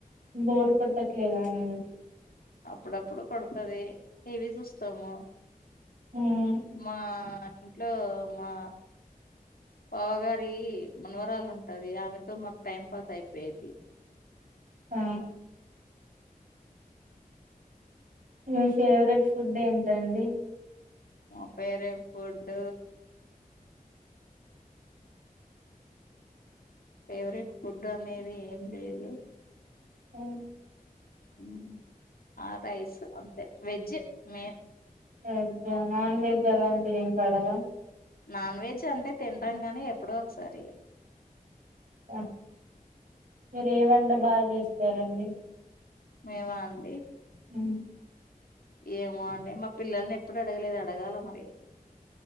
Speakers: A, on the right (about 60°); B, on the left (about 80°).
A: బోర్ కొట్టట్లేదా అ
B: అప్పుడప్పుడు కొడతది టీవి చూస్తాము.
A: మ్మ్
B: మా ఇంట్లో మా పావగారి మనవరాలు ఉంటది. ఆమెతో మాకు టైం పాస్ అయిపోయిద్ది.
A: ఆ మీ ఫేవరెట్ ఫుడ్ ఏంటండి.
B: మ పేరెట్ ఫుడ్ ఫేవరెట్ ఫుడ్ అనేది ఏం లేదు.
A: ఉ
B: హు ఆ రైస్ అంతే వెజ్ మే
A: వెజ్జ నాన్ వెజ్ అలాంటివి ఏం పడవా
B: నాన్ వెజ్ అంటే తింటాం, గానీ ఎప్పుడో ఒకసారి
A: ఆ మీరు ఏ వంట బా చేస్తారండి.
B: మేమా అండి.
A: హు
B: ఏమో అండి. మా పిల్లల్ని ఎప్పుడు అడగలేదు అడగాల మరి